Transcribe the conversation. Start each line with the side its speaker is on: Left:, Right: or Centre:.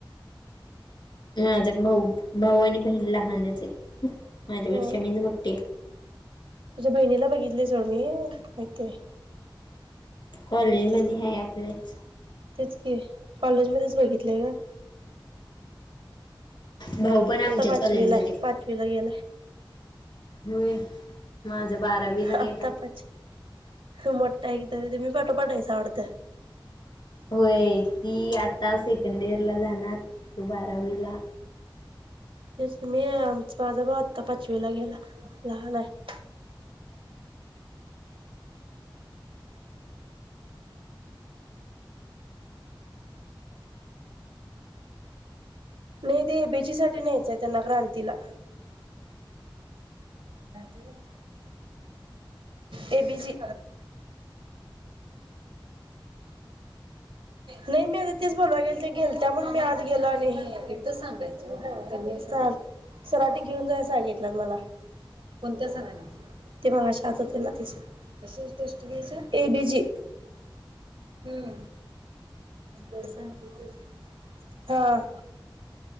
Left: माझा भाऊ भाऊ आणि बहीण लहानच आहे, माझ्यापेक्षा
Right: अ
Left: मी मोठी आहे.
Right: तुझ्या बहिणीला बघितले सोड मी माहतीय.
Left: कॉलेज मध्ये आहे आपलंच
Right: तेच की कॉलेज मध्येच बघितलंय का.
Left: भाऊ पण आमच्याच
Right: पाचवीला
Left: कॉलेजमधे
Right: आहे पाचवीला गेलाय
Left: होय. माझी बारावी झाली
Right: आत्ता
Left: आता
Right: पाचवी मोठा एक तरी ते मी पाठोपाठायचं आवडतं.
Left: होय ती आता सेकंड इयर ला जाणार बारावीला
Right: तेवस मी आम माझा भा आत्ता पाचवीला गेला लहान आहे. नाही ते बीचीी साठी नाहीच आहे त्यांना क्रांतीला नगि <unintelligible> एबीजी नाही मी आता तेच बोलवा गेल ते गेल त्या म्हण मी आज गेलो आणिांगायच सरांनी घेऊन जाय सांगितलं मला कोणत्या सरांनी ते मागाशी आत होते ना ते सरकशाची टेस्ट घेतात एडिजी हम दर्शन कर. हा.